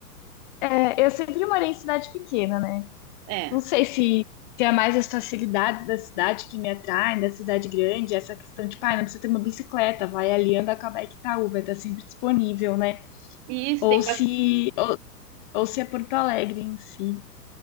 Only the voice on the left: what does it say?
É, eu sempre morei em cidade pequena, né?
Não sei se, se é mais as facilidades da cidade que me atraem, da cidade grande, essa questão de, pai, não precisa ter uma bicicleta, vai ali anda com a bike Itaú, vai estar sempre disponível, né?
Ou
se,
ou, ou se é Porto Alegre em si.